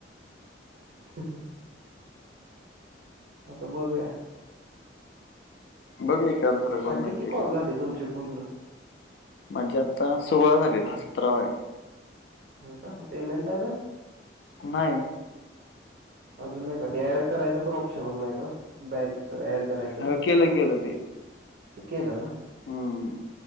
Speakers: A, on the right; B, on the left.
A: हम् ह आता बघूया
B: बघ एकान दुसर कोण
A: आ किती
B: मिळते
A: कॉल
B: का
A: झाले तुमचे पूर्ण
B: माझीआता सोळा झाले हा सतरावा आहे
A: होय कापेमेंट आलात
B: नाही
A: अजून नाही का ते ऍड करायचं पण ऑप्शन नाही का बँकच ऍड करायचं
B: हा, केलं केलं ते
A: ते केलं ना
B: हम्म.